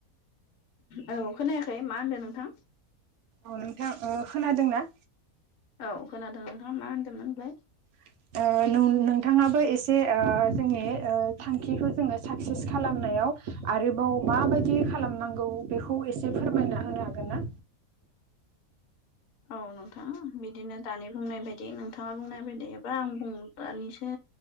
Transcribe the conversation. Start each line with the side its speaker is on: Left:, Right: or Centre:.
Left: औ खोनायाखै मा होनदों नोंथां?
Right: औ नोंथां खोनादों ना?
Left: औ खोनादों नोंथाङा मा होनदोंमोन होनलाय।
Right: <inaudible> नोंथाङाबो एसे जोंनि थांखिखौ जोङो साक्सेस खालामनायाव आरोबाव माबायदि खालामनांगौ बेखौ एसे फोरमायना होनो हागोन ना।
Left: औ नोंथांा बिदिनो दानि बुंनाय बायदि नोंथाङा बुंनाय बायदि एबा आं दानिसो